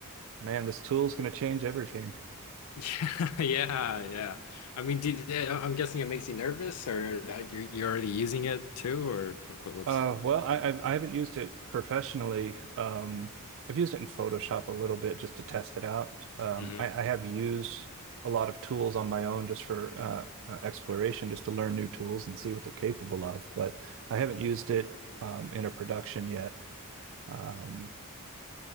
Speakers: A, on the right; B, on the left.
A: man, this tool's going to change everything.
B: Yeah, <laughs> yeah, yeah. I mean, did, yeah, I'm guessing it makes you nervous, or that you're you're already using it too, or what, what- what's?
A: Uh, well, I, I I haven't used it professionally. Um, I've used it in Photoshop a little bit just to test it out. Um,
B: Mhm.
A: I, I have used a lot of tools on my own just for uh, uh, exploration, just to learn new tools and see what they're capable of. But I haven't used it um, in a production yet. Um,